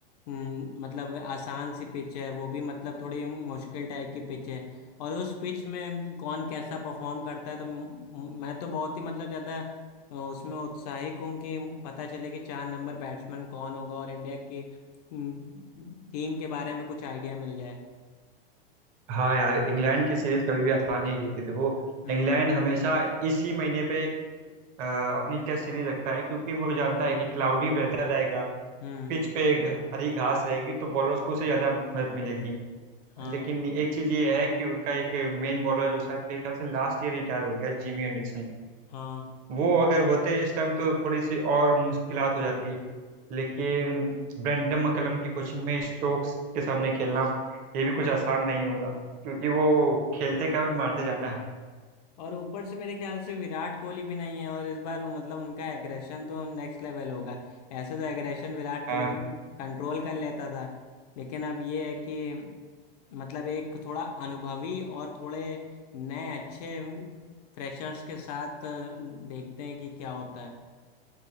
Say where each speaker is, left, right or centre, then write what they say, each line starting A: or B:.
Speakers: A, on the left (about 45°); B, on the right (about 30°).
A: हम्म, मतलब आसान सी पिच है वो भी मतलब थोड़ी मुश्किल टाइप की पिच है और उस पिच में कौन कैसा परफॉर्म करता है तो म- मैं तो बहुत ही मतलब ज़्यादा तो उसमें उत्साहित हूँ कि पता चले कि चार नंबर बैट्समैन कौन होगा और इंडिया की टीम के बारे में कुछ आइडिया मिल जाए
B: हाँ यार इंग्लैंड की सीरीज कभी भी आसान नहीं रहती देखो
A: हम्म
B: इंग्लैंड हमेशा इसी महीने पे अ, अपनी टेस्ट सीरीज रखता है क्योंकि वो जानता है कि क्लाउडी वेदर रहेगा
A: हम्म
B: पिच पे घ- हरी घास रहेगी तो बॉलर्स को उसे ज़्यादा मदद मिलेगी
A: हाँ
B: लेकिन एक चीज़ ये है कि उनका एक मेन बॉलर जो शायद मेरे ख्याल से लास्ट ईयर रिटायर हो गया जिमी एंडरसन
A: हाँ
B: वो अगर होते इस टाइम तो थोड़ी सी और मुश्किलात हो जाती लेकिन ब्रेंडन मक्कलम की कोचिंग में स्टोक्स के सामने खेलना ये भी कुछ आसान नहीं होगा क्योंकि वो खेलते कम है मारते ज़्यादा
A: और ऊपर से मेरे ख्याल से विराट कोहली भी नहीं है और इस बार मतलब उनका एग्रेशन तो नेक्स्ट लेवल होगा ऐसे तो एग्रेशन विराट कोहली
B: हैं
A: कंट्रोल कर लेता था लेकिन अब ये है कि मतलब एक थोड़ा अनुभवी और थोड़े नए अच्छे फ्रेशर्स के साथ देखते हैं कि क्या होता है